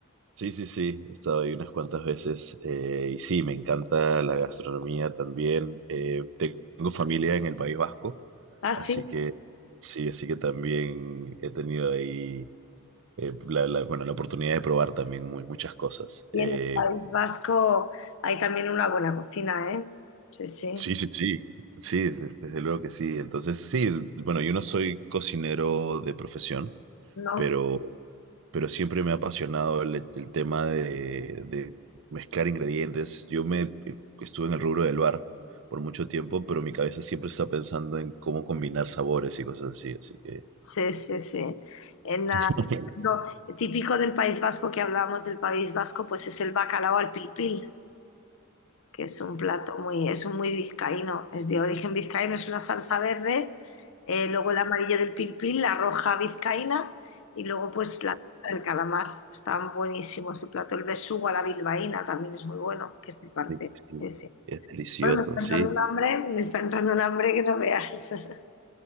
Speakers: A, on the right (about 60°); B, on the left (about 65°).
A: Sí, sí, sí. He estado ahí unas cuantas veces. eh, y sí, me encanta la gastronomía también. Eh, tengo familia en el País Vasco.
B: Ah,
A: Así
B: sí.
A: que sí, así que también he tenido ahí eh, la, la- bueno, la oportunidad de probar también mu- muchas cosas.
B: Y
A: Eh,
B: en el País Vasco hay también una buena cocina, ¿eh? Sí, sí.
A: sí, sí, sí, sí, de- desde luego que sí. Entonces sí, bueno, yo no soy cocinero de profesión,
B: ¿No?
A: pero, pero siempre me ha apasionado el, el tema de, de mezclar ingredientes. Yo me eh, estuve en el rubro del bar por mucho tiempo, pero mi cabeza siempre está pensando en cómo combinar sabores y cosas así, así que...
B: Sí, sí, sí. En la-
A: <laughs>
B: lo típico del País Vasco que hablábamos del País Vasco, pues es el bacalao al pilpil. que es un plato muy, es un muy vizcaíno, es de origen vizcaíno, es una salsa verde, eh, luego el amarillo del pilpil, la roja vizcaína y luego pues la el calamar. Está buenísimo ese plato. El besugo a la bilbaína también es muy bueno, que es de parte.
A: Sí, sí,
B: Sí, sí.
A: es delicioso,
B: Bueno, me está
A: sí.
B: entrando un hambre, me está entrando un hambre que no veas. <laughs>